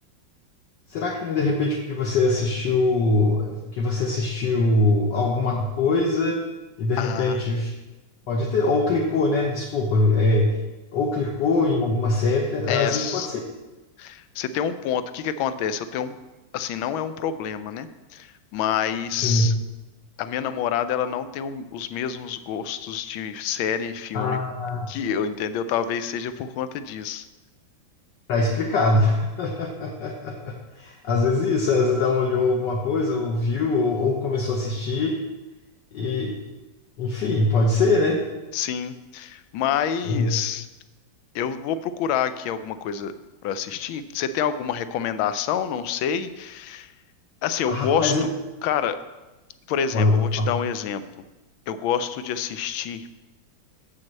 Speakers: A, on the left (about 65°); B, on the left (about 85°).
A: será que não é de repente porque você assistiu, porque você assistiu alguma coisa e de
B: Ah,
A: repente pode ter, ou clicou, né? Desculpa, é, ou clicou em alguma série, às
B: é. s-
A: vezes pode ser
B: Você tem um ponto. O que que acontece? Eu tenho um. Assim, não é um problema, né? Mas
A: sim.
B: a minha namorada, ela não tem o- os mesmos gostos de série e filme
A: Ah,
B: que eu, entendeu? Talvez seja por conta disso.
A: tá explicado. <laughs> Às vezes isso, às vezes ela olhou alguma coisa, ou viu, ou, ou começou a assistir, e enfim, pode ser, né?
B: Sim, mas
A: É.
B: eu vou procurar aqui alguma coisa pra assistir. Você tem alguma recomendação? Não sei. Assim, eu
A: Rapaz,
B: gosto,
A: eu
B: cara, por exemplo,
A: olha,
B: eu vou
A: fala
B: te dar um exemplo. Eu gosto de assistir